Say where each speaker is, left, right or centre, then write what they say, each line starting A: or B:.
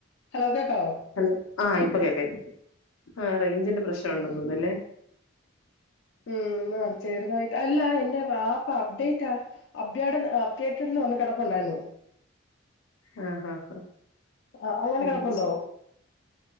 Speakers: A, on the left (about 55°); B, on the left (about 80°).
A: ഹലോ കേക്കാവോ
B: ഹലോ ആ ഇപ്പൊ കേക്കാം ആ റേഞ്ചിന്റെ പ്രശ്നം
A: ഉം
B: ഉണ്ടന്ന് തോന്ന്ന്നല്ലേ
A: ഉം ആ ചെറുതായിട്ട് അല്ല എന്റെ വാപ്പ അപ്ഡേറ്റാ അഭ്യേട്ടൻ തിയേറ്റർന്ന് വന്ന് കെടപ്പുണ്ടായിരുന്നു
B: ആ ഹ ഹ
A: ആഹ് അങ്ങനെ
B: ആ
A: കിടപ്പുണ്ടോ
B: ന്ന ശരി